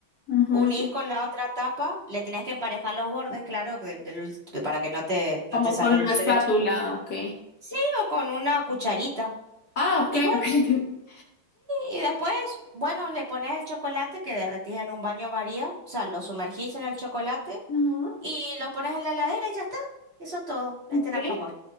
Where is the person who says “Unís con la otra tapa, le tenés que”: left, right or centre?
Right